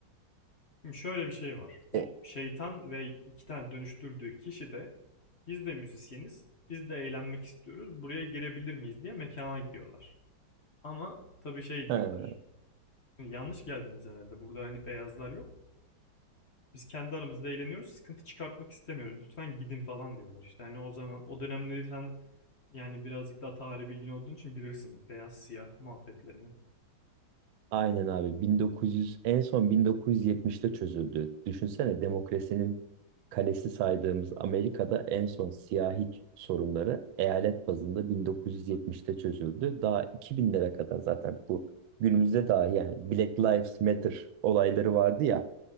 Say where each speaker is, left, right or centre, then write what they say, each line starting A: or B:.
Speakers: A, on the left (about 35°); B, on the right (about 85°).
A: Şimdi şöyle bir şey var. O
B: E,
A: şeytan ve iki tane dönüştürdüğü kişi de biz de müzisyeniz, biz de eğlenmek istiyoruz. Buraya girebilir miyiz diye mekana gidiyorlar. Ama tabii şey
B: he.
A: diyorlar. Yanlış geldiniz herhalde. Burada hani beyazlar yok. Biz kendi aramızda eğleniyoruz. Sıkıntı çıkartmak istemiyoruz. Lütfen gidin falan diyorlar. İşte hani o zaman o dönemleri sen yani birazcık daha tarih bilgin olduğun için bilirsin. Beyaz siyah muhabbetlerini.
B: Aynen abi 1900 en son 1970'te çözüldü. Düşünsene demokrasinin kalesi saydığımız Amerika'da en son siyahi sorunları eyalet bazında 1970'te çözüldü. Daha 2000'lere kadar zaten bu günümüzde dahi yani Black Lives Matter olayları vardı ya